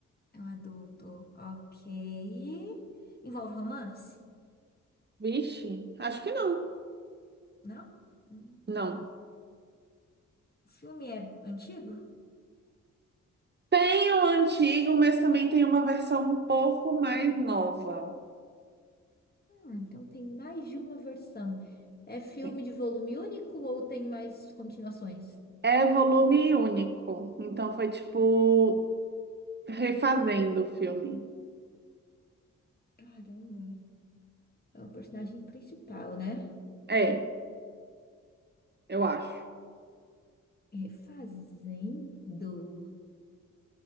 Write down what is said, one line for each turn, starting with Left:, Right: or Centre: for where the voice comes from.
Left: É um adulto, ok. Envolve romance?
Right: Vixe, acho que não.
Left: Não? Hum.
Right: Não.
Left: O filme é antigo?
Right: Tem o antigo, mas também tem uma versão um pouco mais nova.
Left: Hum, então tem mais de uma versão. É filme
Right: Sim.
Left: de volume único ou tem mais continuações?
Right: É volume único. Então foi tipo refazendo o filme.
Left: Caramba, é o personagem principal, né?
Right: É, eu acho.
Left: É Refazendo.